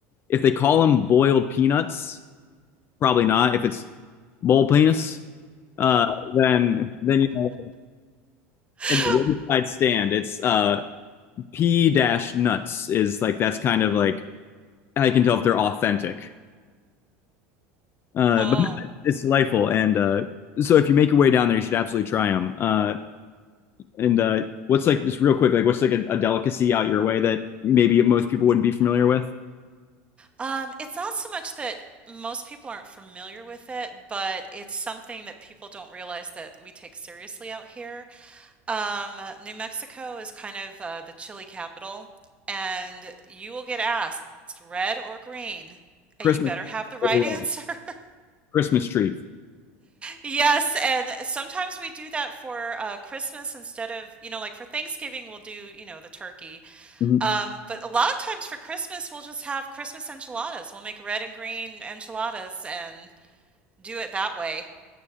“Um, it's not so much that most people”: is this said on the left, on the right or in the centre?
Right